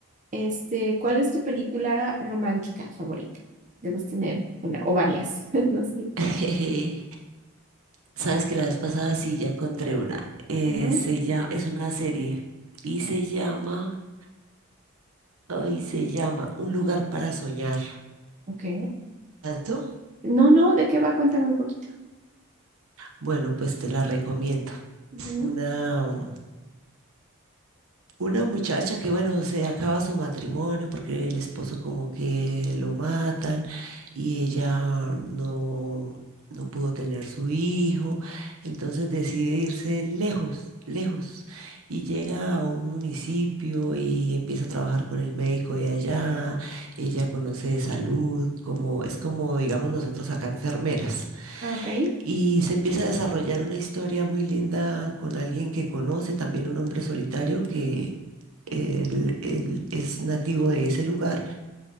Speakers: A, on the right; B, on the right.
A: este, ¿cuál es tu película romántica favorita? Debes tener una o varias, <laughs> no sé.
B: <laughs> Jeje. Sabes que la vez pasada sí ya encontré una. Eh,
A: Ajá,
B: se llama, es una serie y se llama, ay, se llama Un lugar para soñar.
A: ok.
B: ¿Has visto?
A: No, no, ¿de qué va? Cuéntame un poquito.
B: Bueno, pues te la recomiendo.
A: Ujú.
B: Es una, Una muchacha que, bueno, se acaba su matrimonio porque el esposo como que lo matan y ella no, no pudo tener su hijo, entonces decide irse lejos, lejos, y llega a un municipio y empieza a trabajar con el médico de allá, ella conoce de salud, como, es como, digamos, nosotros acá enfermeras.
A: Ah, ok.
B: Y se empieza a desarrollar una historia muy linda con alguien que conoce, también un hombre solitario que él, él es nativo de ese lugar.